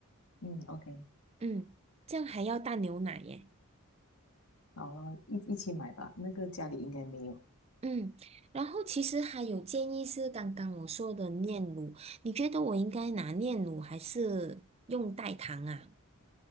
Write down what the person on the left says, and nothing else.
嗯，OK，
好了，一一起买吧。那个家里应该没有